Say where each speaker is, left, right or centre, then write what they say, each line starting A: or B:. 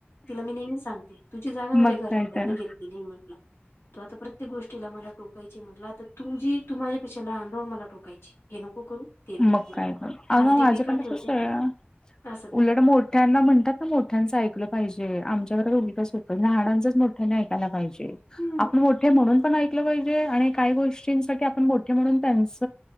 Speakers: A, on the left (about 80°); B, on the left (about 20°).
A: तिला मी नेहमी सांगते तुझी जागा माझ्या
B: मग
A: घरातल्यांनी
B: काय तर
A: घेतलेली म्ह टल तु आता प्रत्येक गोष्टीला मला टोकायची म्हटल आत तर तू जी तू माझ्या माझ्यापेक्षा लहान राहून तू मला टोकायची हे नको करू ते ते नको
B: मग
A: करू
B: काय तर अगं
A: हाच डी
B: माझं
A: पी का
B: पण
A: ठेवते
B: तसच आहे
A: असं.
B: उलट मोठ्यांना म्हणतात ना मोठ्यांचं ऐकलं पाहिजे आमच्या घरात उलटंच होतं लहानांचंच मोठ ठ्याने ऐकायला पाहिजे
A: हम्म
B: आपण मोठे म्हणून पण ऐक ऐकलं पाहिजे आणि काही गोष्टींसाठी आपण मोठे म्हणून त्यांच